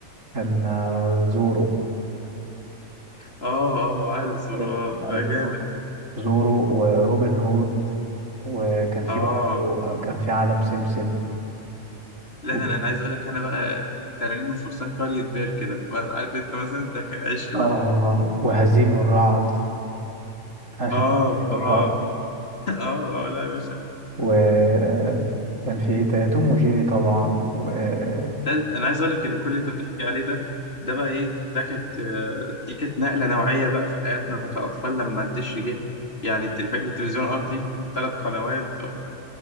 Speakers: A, on the right; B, on the left.
A: كان آه، زورو
B: اه اه عارف زرار
A: عارف عارف
B: ده
A: زورو
B: جامد
A: زورو وروبن هود وكان في
B: اه
A: برضه آه، كان في عالم سمسم
B: لا
A: وكان-
B: ده انا أنا عايز اقول لك انا بقى تنانين وفرسان قرية بير كده عارف انت مثلا ده كان عشق
A: اه
B: بقى
A: وهزيم الرعد <laughs> عارف
B: اه
A: هزيم الرعد
B: اه <laughs> اه اه لا يا باشا
A: وكان في ايه تاني توم وجيري طبعا وعارف
B: لا ده انا عايز اقول لك ان كل اللي انت بتحكي عليه ده ده بقى ايه ده كانت آه، دي كانت نقلة نوعية بقى في حياتنا كأطفال لما الدش جه يعني انت فاكر التلفزيون الارضي ثلاث قنوات ولا-